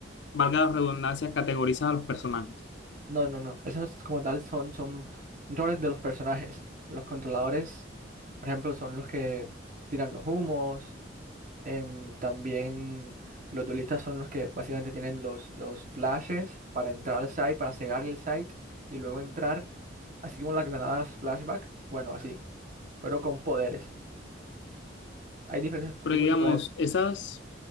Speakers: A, on the left; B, on the right.
A: valga la redundancia, categorizas a los personajes?
B: No, no, no. Esos como tal son, son roles de los personajes. Los controladores, por ejemplo, son los que tiran los humos. em, también los duelistas son los que básicamente tienen los, los flashes para entrar al site, para cegar el site y luego entrar, así como las granadas flashback. Bueno, así, pero con poderes. Hay diferentes
A: Pero
B: tipos
A: digamos,
B: de poder.
A: esas,